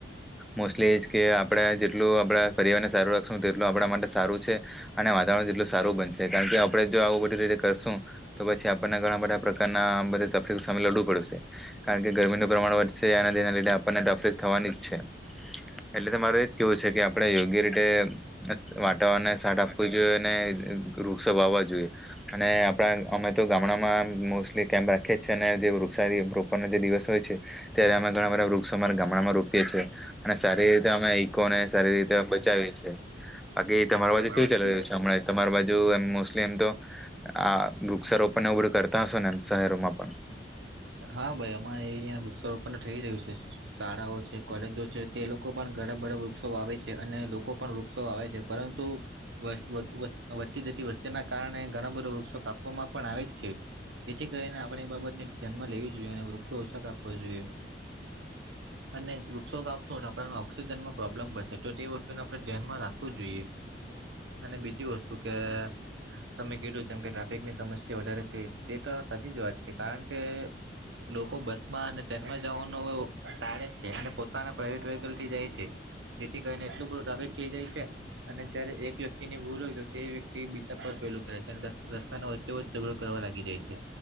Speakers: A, in the centre; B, on the right.
A: મોસ્ટલી એ જ કે આપણે જેટલું આપણા પરિવારને સારું રાખશું તેટલું આપણા માટે સારું છે અને વાતાવરણ જેટલું સારું બનશે કારણ કે આપડે જો આવું બધી રીતે કરશું તો પછી આપણને ઘણા બધા પ્રકારના આ બધ તકલીફ સામે લડવું પડ્યુંશે કારણ કે ગરમીનું પ્રમાણ વધશે અનેના તેના લીધે આપણને તફલીફ થવાની જ છે. એટલે તો મારે એજ કેહેવું છે કે આપડે યોગ્ય રીતે અ વાતાવરણને સાટ આપવું જોઈએ અને વૃક્ષો વાવવા જોઈએ અને આપડા અમે તો ગામડામાં મોસ્ટલી કેમ્પ રાખીએ છીએ અને જે વૃક્ષ રોપવાનો જે દિવસ હોય છે ત્યારે અમે ઘણા બધા વૃક્ષો અમારા ગામડામાં રોપીએ છીએ અને સારી રીતે અમે કોને સારી રીતે બચાવીએ છે. આગે તમારું
B: તમારી
A: બાજે કેવું
B: બાજુ
A: ચલી રહ્યું
B: ચાલે
A: છે હમણા તમાર બાજ જો એમ મોસ્ટલી એમ તો આ વૃક્ષારોપણ ને આવું બધું કરતા હશો ને એમ શહેરોમાં પણ?
B: હા, ભાઈ અમારે અહીંયા વૃક્ષારોપણ થઈ રહ્યું છે. શાળાઓ છે, કોલેજો છે તે લોકો પણ ઘણા બધા વૃક્ષો આવે છે અને લોકો પણ વૃક્ષો આવે છે પરંતુ વસ વધ વધતી જતી વસ્તીના કારણે ઘણા બધા વૃક્ષો કાપવામાં પણ આવે જ છે જેથી કરીને આપડે એ બાબતને જન્મ લેવી જોઈએ અને વૃક્ષો ઓછા કાપવો જોઈએ. અને વૃક્ષો કાપશું આપણને ઓક્સિજનમાં પ્રોબ્લેમ પડશે તો તે વસ્તુને આપડે ધ્યાનમાં રાખવું જ જોઈએ અને બીજી વસ્તુ કે તમે કીધું જેમ કે ટ્રાફિકની સમસ્યા વધારે છે તે તો સાચી જ વાત છે કારણ કે લોકો બસમાં અને ટ્રેનમાં જવાનું ટાળે છે અને પોતાના પ્રઇવેટ વ્હકલ થી જાય છે જેથી કરીને એટલું બું ટ્રાફિક થઈ જાય છે અને જયારે એક વ્યક્તિની ભૂલ હોય તો તે વ્યક્તિ બીજા પર પેલું કરે છે અને રસ્તાનો વચ્ચે વચચ ઝઘડો કરવા લાગી જાય છે